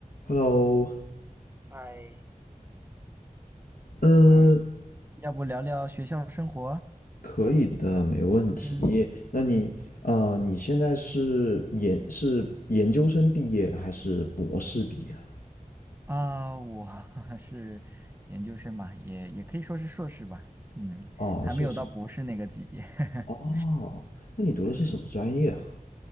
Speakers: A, on the left; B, on the right.
A: Hello，
B: 嗨，
A: 嗯，
B: 我们要不聊聊学校生活？
A: 可以的，没问题。
B: 嗯，
A: 那你啊、你现在是研是研究生毕业还是博士毕业了？
B: 啊，我 <laughs> 是研究生嘛，也也可以说是硕士吧，嗯，
A: 啊，
B: 还没有到博士那个级别。
A: 硕士。
B: <laughs>
A: 哦，那你读的是什么专业啊？
B: 对对，